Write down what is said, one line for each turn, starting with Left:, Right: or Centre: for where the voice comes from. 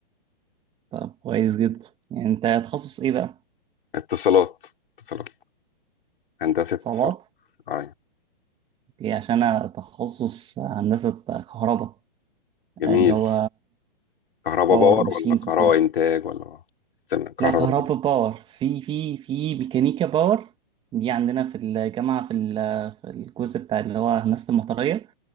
Right: طب كويس جدا يعني انت تخصص ايه بقى
Left: اتصالات اتصالات هندسه اتصالات
Right: اتصالات
Left: اه
Right: اوكي عشان انا تخصص هندسه كهرباء
Left: جميل
Right: آه، اللي هو
Left: كهرباء
Right: باور
Left: باور
Right: ماشينز
Left: ولا كهرباء
Right: وكده
Left: انتاج ولا تمام كهرباء
Right: لا كهرباء
Left: باور
Right: باور في في في ميكانيكا باور دي عندنا في الجامعة في ال- في الجزء بتاع اللي هو هندسة المطرية